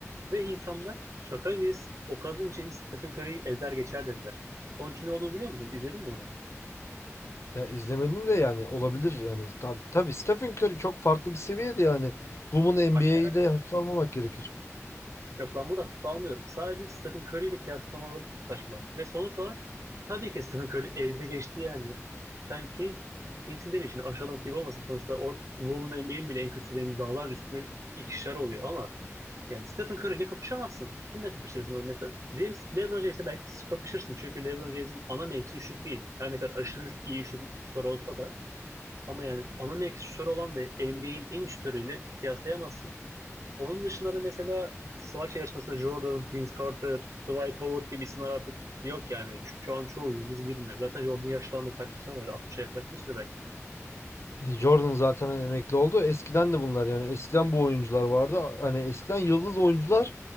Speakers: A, on the right; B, on the left.
A: Ve insanlar şaka gibi o kadın için Stephen Curry'yi ezer geçer dediler. Sonucu ne olduğunu biliyor musun? İzledin mi onu?
B: Ya izlemedim de yani olabilir yani. Tab tabii Stephen Curry çok farklı bir seviyede yani. Bunun NBA'yi
A: Bak
B: de hafife almamak gerekir.
A: Yok ben buradan hafif almıyorum. Sadece Stephen Curry ile kıyaslamaları çok saçma. Ve sonuç olarak tabii ki Stephen Curry ezdi geçti yani. Sen kim, kimsin demeyin şimdi aşağılamak gibi olmasın. Sonuçta or, Women NBA'in bile en kötülerinin dağlar üstüne ikişer oluyor ama yani Stephen Curry ile kapışamazsın. Kimle kapışırsın? Hani Mesela James, LeBron James'le belki kapışırsın. Çünkü LeBron James'in ana mevkisi şut değil. Her ne kadar aşırı iyi şut, şutör olsa da ama yani ana mevkisi şutör olan ve NBA'in en iyi şutörüyle kıyaslayamazsın. Onun dışında da mesela smaç yarışmasında Jordan, Vince Carter, Dwight Howard gibi isimler artık yok yani. Şu, şu an çoğu yıldız bilmiyor. Zaten Jordan yaşlandı kaç yaşına geldi? 60'a yaklaşmıştır belki.
B: Jordan zaten hani emekli oldu. Eskiden de bunlar yani. Eskiden bu oyuncular vardı. Hani eskiden yıldız oyuncular